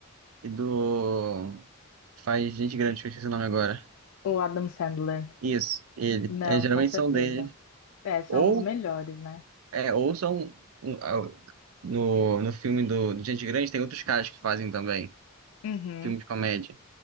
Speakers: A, on the right (about 85°); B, on the left (about 80°).
A: e do Faz Gente Grande, que eu esqueci o nome agora.
B: O Adam Sandler.
A: Isso, ele.
B: Não,
A: É, geralmente
B: com certeza.
A: são dele.
B: É, são
A: Ou,
B: os melhores, né?
A: é, ou são. um, ah, No, no filme do, do Gente Grande tem outros caras que fazem também.
B: Uhum,
A: Filme de comédia.